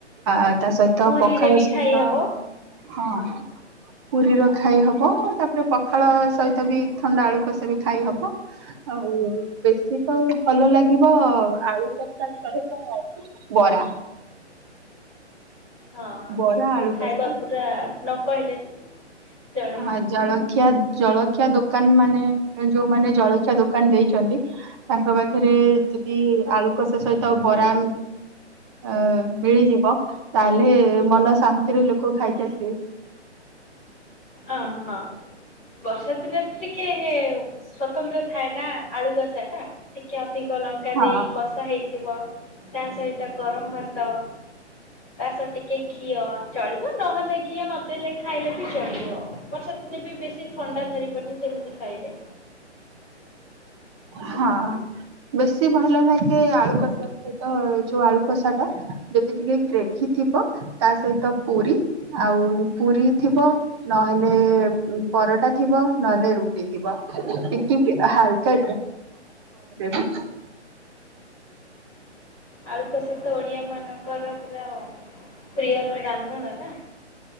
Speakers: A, on the right; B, in the centre.
A: ଆ ତା ସହିତ
B: ପୁରୀରେ
A: ପଖାଳ
B: ବି
A: ସହିତ
B: ଖାଇ ହବ।
A: ହଁ ପୁରୀର ଖାଇ ହବ ତାପରେ ପଖାଳ ସହିତ ବି ଥଣ୍ଡା ଆଳୁ କଷା ବି ଖାଇ ହବ। ଆଉ ବେଶୀ ତ ଭଲ ଲାଗିବ ଆଳୁଷ ସହିତ ବରା
B: ହଁ
A: ବରା
B: ସେ ତ
A: ଆଳୁ
B: ଖାଇବା
A: କଷା
B: ପୁରା ନ କହିଲେ ଚଳେ
A: ହଁ ଜଳଖିଆ ଜଳଖିଆ ଦୋକାନ ମାନେ ଯୋଉମାନେ ଜଳଖିଆ ଦୋକାନ ଦେଇଛନ୍ତି। ତାଙ୍କ ପାଖରେ ଯଦି ଆଳୁ କଷା ସହିତ ଆ ବରା ଅ ମିଳିଯିବ ତାହେଲେ ମନ ଶାନ୍ତିରେ ଲୋକ ଖାଇକି ଆସିବେ।
B: ଅ ହଁ ବର୍ଷା ଦିନେ ତ ଟିକେ ସ୍ଵତନ୍ତ୍ର ଥାଏ ନା ଆଳୁ କସା ଟା ଟିକେ ଅଧିକ ଲଙ୍କା
A: ହଁ
B: ଦେଇ କଷା ହେଇଥିବ ତା ସହିତ ଗରମ ଭାତ। ତା ସତ ଟିକେ ଘିଅ ଚଳିବ ନହେଲେ ଘିଅ ନଦେଲେ ଖାଇଲେ ବି ଚଳିବ। ବର୍ଷା ଦିନେ ବି ବେଶୀ ଥଣ୍ଡା ଧରିବନି ସେମିତି ଖାଇଲେ।
A: ହଁ ବେଶୀ ଭଲ ଲାଗେ ଆଳୁ କଷା। ସହିତ ଯୋଉ ଆଳୁ କଷା ଟା ଯଦି ଟିକେ ଗ୍ରେଭି ଥିବ ତା ସହିତ ପୁରୀ ଆଉ ପୁରୀ ଥିବ। ନହେଲେ ପରଟା ଥିବ ନହେଲେ ରୁଟି ଥିବ ଟି ହାଲକା <unintelligible>
B: ଆଳୁ କଷା ତ ଓଡିଆ ମାନଙ୍କର ପୁରା ପ୍ରିୟର ଗାନ୍ଥଣ ନା।